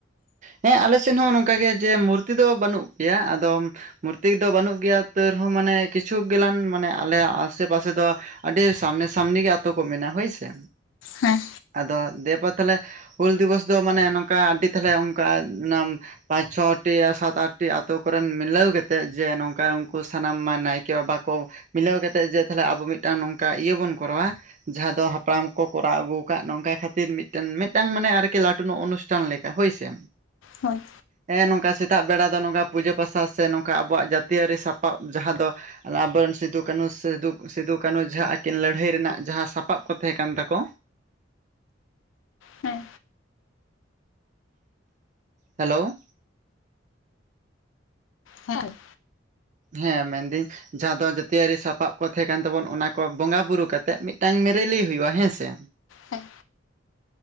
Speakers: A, on the right (about 40°); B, on the left (about 80°).
A: ᱦᱮᱸ ᱟᱞᱮ ᱥᱮᱫ ᱦᱚᱸ ᱱᱚᱝᱠᱟ ᱜᱮ ᱡᱮ ᱢᱩᱨᱛᱤ ᱫᱚ ᱵᱟᱹᱱᱩᱜ ᱯᱮᱭᱟ ᱟᱫᱚᱢ ᱢᱩᱨᱛᱤ ᱫᱚ ᱵᱟᱹᱱᱩᱜ ᱜᱮᱭᱟ ᱛᱟᱹᱣ ᱨᱮᱦᱚᱸ ᱢᱟᱱᱮ ᱠᱤᱪᱷᱩ ᱜᱮᱞᱟᱱ ᱢᱟᱱᱮ ᱟᱞᱮ ᱟᱜ ᱟᱥᱮ ᱯᱟᱥᱮ ᱫᱚ ᱟᱹᱰᱤ ᱥᱟᱢᱱᱮ ᱥᱟᱹᱢᱱᱤ ᱜᱮ ᱟᱛᱚ ᱠᱚ ᱢᱮᱱᱟᱜ ᱦᱳᱭ ᱥᱮ,
B: ᱦᱮᱸ
A: ᱟᱫᱚ ᱫᱮ ᱵᱟ- ᱛᱟᱦᱚᱞᱮ ᱦᱩᱞ ᱫᱤᱵᱚᱥ ᱫᱚ ᱢᱟᱱᱮ ᱱᱚᱝᱠᱟ ᱟᱹᱰᱤ ᱛᱟᱦᱚᱞᱮ ᱚᱱᱠᱟ ᱚᱱᱟᱢ ᱯᱟᱸᱪ ᱪᱷᱚᱴᱤ ᱥᱟᱛ ᱟᱴᱴᱤ ᱟᱛᱚ ᱠᱚᱨᱮᱱ ᱢᱤᱞᱟᱹᱣ ᱠᱟᱛᱮᱫ ᱡᱮ ᱱᱚᱝᱠᱟ ᱩᱱᱠᱩ ᱥᱟᱱᱟᱢ ᱱᱟᱭᱠᱮ ᱵᱟᱵᱟ ᱠᱚ ᱢᱤᱞᱟᱹᱣ ᱠᱟᱛᱮ ᱡᱮ ᱛᱟᱦᱞᱮ ᱟᱵᱚ ᱢᱤᱫᱴᱟᱱ ᱱᱚᱝᱠᱟ ᱤᱭᱟᱹ ᱵᱚᱱ ᱠᱚᱨᱟᱣᱟ ᱡᱟᱦᱟᱸ ᱫᱚ ᱦᱟᱯᱲᱟᱢ ᱠᱚ ᱠᱚᱨᱟᱣ ᱟᱹᱜᱩᱣ ᱠᱟᱫ ᱱᱚᱝᱠᱟ ᱠᱷᱟᱹᱛᱤᱨ ᱢᱤᱫᱴᱮᱱ ᱢᱤᱫ ᱢᱤᱫᱴᱟᱝ ᱢᱟᱱᱮ ᱟᱨᱠᱤ ᱞᱟᱹᱴᱩ ᱱᱚᱜ ᱚᱱᱩᱥᱴᱷᱟᱱ ᱞᱮᱠᱟ ᱦᱳᱭ ᱥᱮ᱾
B: ᱦᱳᱭ᱾
A: ᱦᱮᱸ ᱱᱚᱝᱠᱟ ᱥᱮᱛᱟᱜ ᱵᱮᱲᱟ ᱫᱚ ᱱᱚᱝᱠᱟ ᱯᱩᱡᱟᱹ ᱯᱟᱥᱟ ᱥᱮ ᱱᱚᱝᱠᱟ ᱟᱵᱚᱣᱟᱜ ᱡᱟᱹᱛᱤᱭᱟᱹᱨᱤ ᱥᱟᱯᱟᱵᱽ ᱡᱟᱦᱟᱸ ᱫᱚ ᱚᱱᱟ ᱟᱵᱚᱨᱮᱱ ᱥᱤᱫᱩ ᱠᱟᱱᱩ ᱥᱤᱫᱩ, ᱥᱤᱫᱩ ᱠᱟᱹᱱᱩ ᱡᱟᱦᱟᱸ ᱟᱹᱠᱤᱱ ᱞᱟᱹᱲᱦᱟᱹᱭ ᱨᱮᱱᱟᱜ ᱡᱟᱦᱟᱸ ᱥᱟᱯᱟᱵ ᱠᱚ ᱛᱟᱦᱮᱸ ᱠᱟᱱ ᱛᱟᱠᱚ᱾
B: ᱦᱮᱸ
A: ᱦᱮᱞᱳ᱾
B: ᱦᱮᱸ᱾
A: ᱦᱮᱸ ᱢᱮᱱ ᱫᱤᱧ᱾ ᱡᱟᱦᱟᱸ ᱫᱚ ᱡᱟᱹᱛᱤᱭᱟᱹᱨᱤ ᱥᱟᱯᱟᱵ ᱠᱚ ᱛᱟᱦᱮᱸ ᱠᱟᱱ ᱛᱟᱵᱚᱱ ᱚᱱᱟ ᱠᱚ ᱵᱚᱸᱜᱟ ᱵᱩᱨᱩ ᱠᱟᱛᱮᱜ ᱢᱤᱫᱴᱟᱝ ᱨᱮᱞᱤ ᱦᱩᱭᱩᱜ-ᱟ ᱦᱮᱸ ᱥᱮ᱾
B: ᱦᱮᱸ